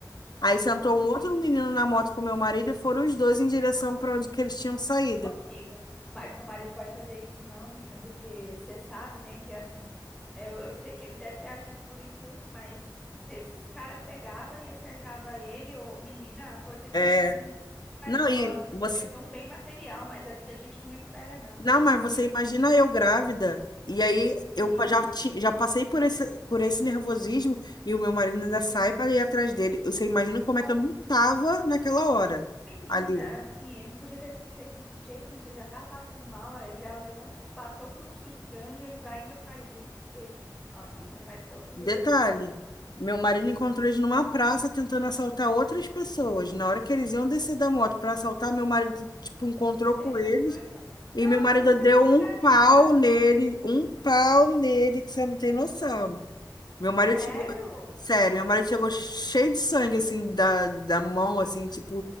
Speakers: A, on the left; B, in the centre.
A: Aí sentou
B: Menina,
A: um outro
B: que
A: menino
B: perigo.
A: na moto com meu marido e foram os dois em direção para onde que eles tinham saído.
B: Ô, Amiga, mas seu marido pode fazer isso não, menina, porque você sabe, né, que é assim, é, eu, eu sei que ele deve ter agido por impulso, mas se esses caras pegava e acertava ele, ô, menina, a coisa ia ter
A: É,
B: sido mu- mais
A: Não,
B: pior,
A: e
B: assim, você
A: você
B: perdeu um bem material, mas a vida a gente não recupera não,
A: Não, mas você
B: que
A: imagina
B: isso?
A: eu grávida, e aí
B: Sim,
A: eu pa- já, ti- já passei por esse, por esse nervosismo, e o meu marido ainda sai
B: sim,
A: para ir atrás dele. Você imagina como
B: pois
A: é que eu não
B: é.
A: tava naquela hora
B: Menina,
A: ali.
B: assim, ele não podia ter feito isso de jeito nenhum, você já tava passando mal, aí já levou uns, passou por um susto grande, ele vai e ainda faz isso, porque... Nossa, menina, pai do seu filho
A: Detalhe,
B: aí, você
A: meu marido encontrou eles numa praça tentando assaltar outras pessoas. Na hora que eles iam descer da moto para assaltar, meu marido, tipo, encontrou
B: Meu
A: com eles,
B: pai do céu.
A: e
B: Não,
A: meu marido
B: e vocês
A: deu
B: não chegaram
A: um pau
B: a denunciar, não.
A: nele, um pau nele, que você não tem noção. Meu marido
B: Sério?
A: chegou, sério, meu marido chegou cheio de sangue, assim, da, da mão, assim, tipo,